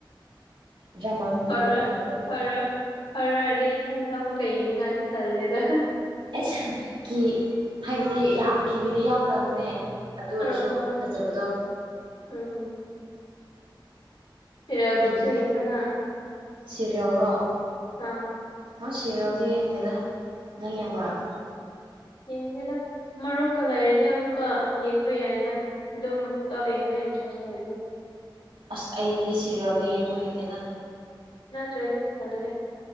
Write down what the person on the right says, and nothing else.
ꯗ꯭ꯔꯃꯥꯒꯨꯝꯕꯗꯤ
ꯌꯦꯡꯗꯕ ꯑꯗꯨꯗꯤ
ꯑꯩꯁ ꯀꯤ ꯍꯥꯏꯕꯗꯤ ꯌꯥꯝ ꯀꯤꯕꯗꯤ ꯌꯥꯎꯗꯕꯅꯦ ꯑꯗꯨ ꯑꯣꯏꯔꯁꯨ
ꯐꯖꯕꯗꯣ
ꯀꯤꯕꯤ
ꯁꯤꯔꯤꯌꯦꯜꯔꯣ
ꯍꯁꯤꯔꯣꯗꯤ ꯌꯦꯡꯗꯦꯗ ꯅꯪ
ꯌꯦꯡꯕ꯭ꯔꯥ
ꯑꯁ ꯑꯩꯗꯤ ꯁꯤꯦꯔꯤꯜꯗꯣ ꯌꯦꯡꯕ ꯍꯩꯇꯦꯗ